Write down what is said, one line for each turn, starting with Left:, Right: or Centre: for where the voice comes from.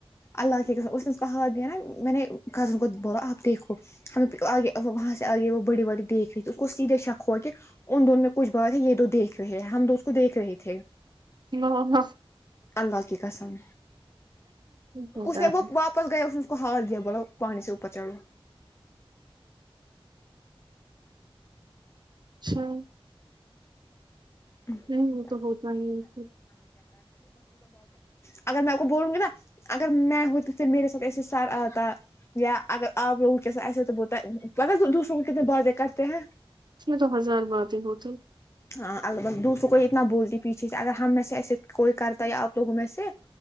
Left: اللہ کے قسم اس نےوا دیا نا میں نے کزن کو بولا آپ دیکھو ہمیں آگے وہاں سے آگے وہ بڑی بڑی دیکھ رہی تھی اس کو سیدھے شک ہو کے ان دون میں کچھ بات ہے یہ دو دیکھ رہے ہیں ہم دو اس کو دیکھ رہے تھے
Right: ہ ہاں
Left: اللہ کی قسم
Right: ہوتا
Left: اس نے
Right: ہے۔
Left: وہ واپ پہر گیا اس کو ہاتھ دیا پانی سے اپر چڑو
Right: اچھا
Left: <unintelligible>
Right: نہیں وہ تو ہوتا ہی ہے، اس
Left: اگر میں کو بولوں گی نا اگر میں ہئی تو پھر میرے ساتھ ایسے سار آتا یا اگر آپ لوگوں کیسا ایسے تو بولتا پتا دوسروں کو کتنے باتے کرتے ہیں
Right: چ تو ہزار باتیں ہوتے
Left: ہاں البت دوسروں کو اتنا بولتی پیچھے سے اگر ہم میں سے ایسے کوئی کرتا ہےیا آپ لوگوں میں سے